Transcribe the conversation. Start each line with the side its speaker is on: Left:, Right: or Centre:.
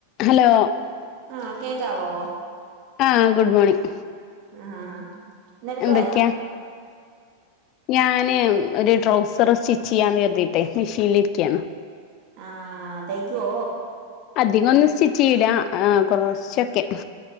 Left: Hello
Right: ആഹ് കേക്കാവോ
Left: ആഹ് ഗുഡ് മോർണിംഗ്
Right: ആഹ് എന്തട്ക്കായിരുന്നു
Left: എന്തൊക്കെയാ ഞാന് ഒരു ട്രൗസർ സ്റ്റിച്ച് ചെയ്യാന്ന് കരുതിട്ടെ മെഷീനിലിരിക്കയാണ്
Right: ആഹ് തൈജോ
Left: അധികം ഒന്ന് സ്റ്റിച്ച് ചെയ്ലാ കുറച്ചൊക്കെ